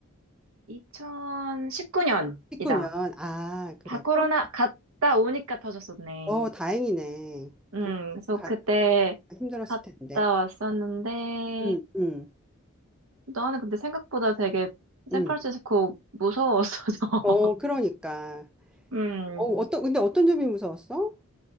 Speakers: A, on the right; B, in the centre.
A: 2019년이다.
B: 19년. 아, 그래.
A: 다 코로나
B: 코로-
A: 갔다 오니까 터졌었네.
B: 어, 다행이네.
A: 음,
B: 그럼
A: 그래서
B: 가
A: 그때
B: 힘들었을
A: 갔다
B: 텐데.
A: 왔었는데,
B: 음, 음,
A: 나는 근데 생각보다 되게 샌프란시스코
B: 음.
A: 무서웠어서. <laughs>
B: 어, 그러니까.
A: 음,
B: 어, 어떤 근데 어떤 점이 무서웠어?